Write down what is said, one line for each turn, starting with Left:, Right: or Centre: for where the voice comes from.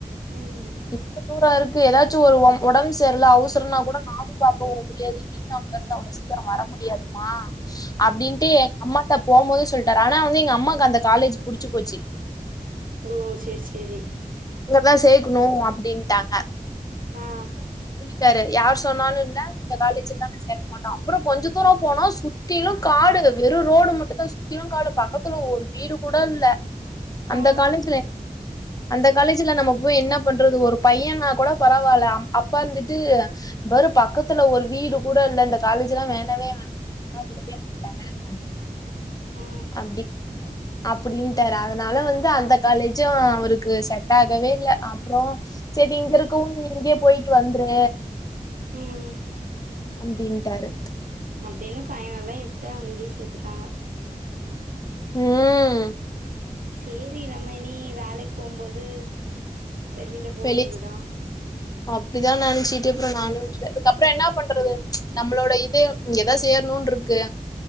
Right: உம்
Left: இப்ப தூரா இருக்கு ஏதாச்சும் வருவோம் உடம்பு சரில அவசரம்னா கூட நானும் பாக்க வர முடியாது நீயும் அங்க இருந்து அவ்வளவு சீக்கிரம் வர முடியாமா
Right: ம்
Left: அப்படின்ட்டு எங்க அம்மாட்ட போகும்போது சொல்லிட்டாரு ஆனா வந்து எங்க அம்மாக்கு அந்த காலேஜ் புடிச்சு போச்சு
Right: ஓ செரி செரி
Left: இங்கதான் சேக்கணும் அப்படின்ட்டாங்க
Right: ஆ
Left: டாரு யார் சொன்னாலும் இல்ல இந்த காலேஜ் எல்லாம் நான் சே மாட்டோம் அப்ரோ கொஞ்சோ தூரோ போனா சுத்திலும் காடு வெறு ரோடு மட்டும் தா சுத்திலும் காடு பக்கத்துல ஒரு வீடு கூட இல்ல அந்த
Right: ஆ
Left: காலேஜ்ல அந்த காலேஜ்ல நம்ம போய் என்ன பண்றது ஒரு பையனா கூட பரவால்ல அம் அப்பா வந்துட்டு பாரு பக்கத்துல ஒரு வீடு கூட இல்ல இந்த காலேஜ்லா வேண்டவே வேண் <unintelligible>
Right: ஆ
Left: அப்டி அப்புடின்ட்டாரு அதனால வந்து அந்த காலேஜும் அவருக்கு செட் ஆகவே இல்ல அப்புறோ செரி இங்க இருக்கவு இங்கயே போயிட்டு வந்துரு
Right: உம்
Left: அப்டின்ட்டாரு
Right: அப்டின்னு ஃபைனலா இத்தான் அங்கயே சேத்துட்டாங்க
Left: உம்
Right: சேரி நம்ம இனி வேலைக் போம்போது வெளில போவேண்டிதான்
Left: வெளி அப்டிதா நெனச்சிட்டு அப்றோ நானு விட்டுட்டேன் இதுக்கப்புறம் என்ன பண்றது நம்ளோட இது இங்கதான் சேரணுன்ருக்கு